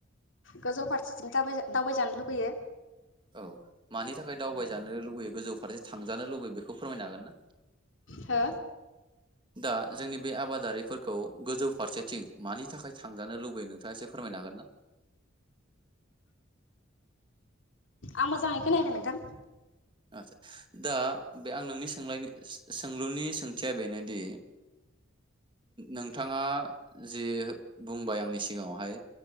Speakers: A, on the left (about 70°); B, on the right (about 25°).
A: गोजौ फारसेथिं दावबाय-दावबायजानो लुगैयो।
B: औ मानि थाखाय दावबायजानो लुबैयो गोजौ फारसे थांजानो लुबैयो बे खौ फोरमायनो हागोन ना?
A: हो
B: दा जोंनि बे आबादारिफोरखौ गोजौ फारसेथिं मानि थाखाय थांजानो लुबैदों? नोंथाङा एसे फोरमनो हागोन ना?
A: आं मोजाङै खोनायाखै नोंथां।
B: आचसा दा बे आं नोंनि सोंलायनो सोंलुनि सोंथिया बेनोदि नोंथाङा जि बुंबाय आंनि सिगाङावहाय